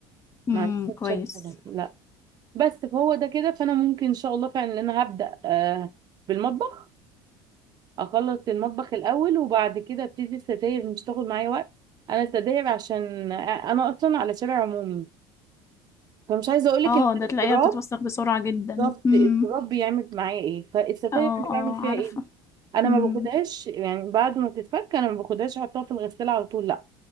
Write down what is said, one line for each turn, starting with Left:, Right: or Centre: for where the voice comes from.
Left: امم
Right: ما عنديش
Left: كويس
Right: حاجة لا بس فهو ده كده فانا ممكن ان شاء الله فعلا إن انا هبدأ آه بالمطبخ اخلص المطبخ الاول وبعد كده ابتدي الستاير مش تاخد معايا وقت انا الستاير عشان آه، انا اصلا على شارع عمومي فمش عايزه اقول لك
Left: اه ده
Right: التراب
Left: تلاقيها بتتوسخ بسرعه جدا
Right: التراب
Left: امم
Right: التراب بيعمل معايا ايه فالستاير
Left: اه
Right: انا بعمل
Left: اه
Right: فيها
Left: عارفه
Right: ايه انا
Left: امم
Right: ما باخدهاش يعني بعد ما تتفك انا ما باخدهاش احطها في الغساله على طول لا